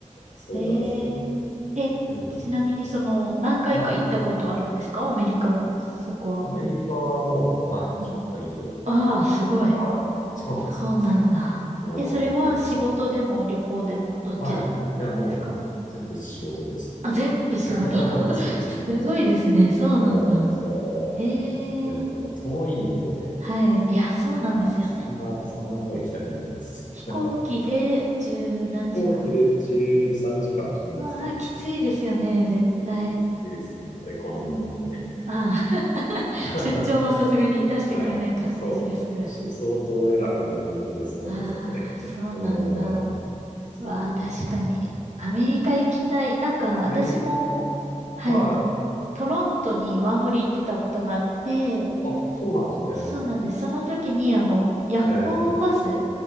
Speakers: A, on the left; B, on the right.
A: そうなんですよね。
B: ええー、え、
A: でも、
B: ちなみにその、何回か行ったことあるんですかアメリカの、
A: まあ、
B: そこは。
A: アメリカはもう、はい、
B: うん。
A: 10回以上行ってて、
B: ああ、すごい。
A: はい、そうなんですよ。
B: そうなんだ。
A: うん、
B: え、それは仕事でも旅行でもどっちでもですか
A: でもと、はい。いや、もう、全部仕事ですね。
B: あ、全部仕事。
A: <laughs>
B: <laughs>
A: 全部仕事です。
B: すごいですね。そうなんだ。
A: そうなんですよ。
B: ええ
A: でも、なんか遠いんで、
B: はい。いや、そうなんですよね。
A: まあ、そんな、そんなもう行きたくないです。
B: 飛行機で十何時間。
A: <laughs> 飛行機で12、3時間かんかかりますからね。
B: うわあ、きついですよね、絶対。
A: うん、いいです、本当エコノミーなんで。
B: うんうんうん。ああ、<laughs>
A: <laughs>
B: 出張はさすがに出してくれないか。
A: はい。そう。
B: ビジネスクラス。
A: 確かに相当偉くないとビジネスなんないですね。
B: ああ、そうなんだ。
A: <laughs> うん。そ
B: うわあ、確かに。アメリカ行きたい。なんか、
A: う。
B: 私も、
A: アメリカ、
B: はい。
A: はい。
B: トロントにワーホリ行ってたことがあって、
A: あ、そうなんですね。
B: そうなんです。その時に、あの、夜行バス
A: ええ。